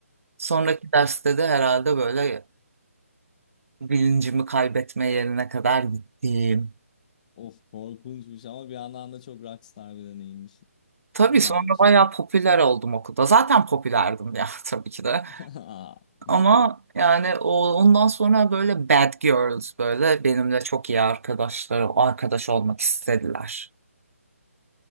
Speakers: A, on the right (about 65°); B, on the left (about 30°).
A: Sonraki derste de herhalde böyle bilincimi kaybetme yerine kadar gittim.
B: Of korkunçmuş ama bir yandan da çok rockstar bir deneyimmiş.
A: Tabii
B: Güzelmiş.
A: sonra bayağı popüler oldum okulda. Zaten popülerdim ya <laughs> tabii ki de.
B: <laughs> Aa. <laughs>
A: Ama yani o, ondan sonra böyle bad girls böyle benimle çok iyi arkadaşlar, arkadaş olmak istediler.